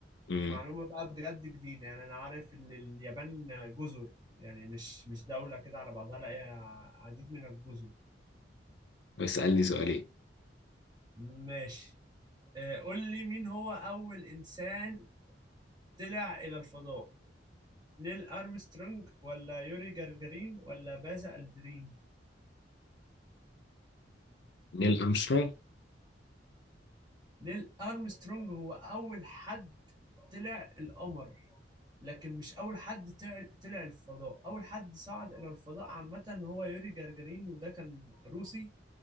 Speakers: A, on the left; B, on the right.
A: امم
B: دي معلومة بقى بجد جديدة يعني أنا عارف إن اليابان جزر يعني مش مش دولة كده على بعضها لا هي عديد من الجزر
A: اسألني سؤالين
B: ماشي آه، قول لي مين هو أول إنسان طلع إلى الفضاء نيل أرمسترونج ولا يوري جagarin ولا باز ألدرين
A: نيل أرمسترونج
B: نيل أرمسترونج هو أول حد طلع القمر لكن مش أول حد طلع طلع الفضاء أول حد صعد إلى الفضاء عامة هو يوري جagarin وده كان روسي